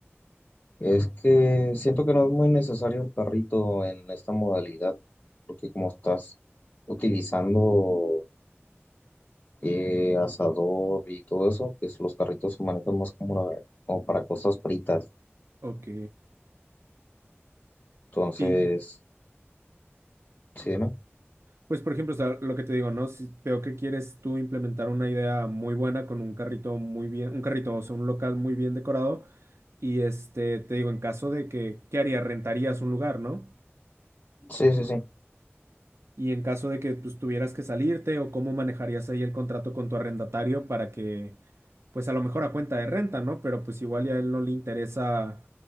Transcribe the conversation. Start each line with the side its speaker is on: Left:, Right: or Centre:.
Left: es que siento que no es muy necesario el carrito en esta modalidad, porque como estás utilizando eh, asador y todo eso, pues los carritos se manejan más como, una- como para cosas fritas.
Right: Ok.
Left: Entonces,
Right: Y
Left: sí, ¿no?
Right: pues, por ejemplo, o sea, lo que te digo, ¿no? Si veo que quieres tú implementar una idea muy buena con un carrito muy bien, un carrito, o sea, un local muy bien decorado. Y este, te digo, en caso de que, ¿qué harías? Rentarías un lugar, ¿no?
Left: Sí, sí, sí.
Right: Y en caso de que pues, tuvieras que salirte o cómo manejarías ahí el contrato con tu arrendatario para que, pues a lo mejor a cuenta de renta, ¿no? Pero pues igual ya a él no le interesa